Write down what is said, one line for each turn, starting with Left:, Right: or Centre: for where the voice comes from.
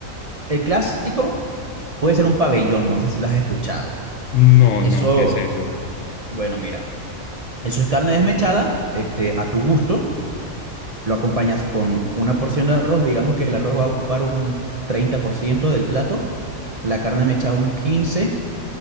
Right: el clásico puede ser un pabellón, no sé si lo has escuchado.
Left: No,
Right: Eso,
Left: no, ¿qué es eso?
Right: bueno, mira, eso es carne desmechada, este, a tu gusto lo acompañas con una porción de arroz, digamos que el arroz va a ocupar un 30% del plato, la carne mechada un 15%,